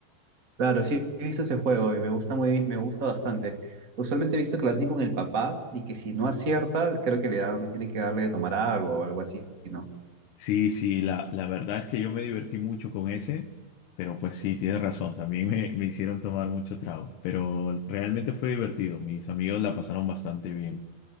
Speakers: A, on the right (about 30°); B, on the left (about 80°).
A: Claro, sí he visto ese juego y me gusta muy, me gusta bastante. Usualmente he visto que lo hacen con el papá y que si no acierta, creo que le dan, tiene que darle de tomar algo o algo así, ¿no?
B: Sí, sí, la, la verdad es que yo me divertí mucho con ese, pero pues sí, tienes razón, también me, me hicieron tomar mucho trago, pero realmente fue divertido, mis amigos la pasaron bastante bien.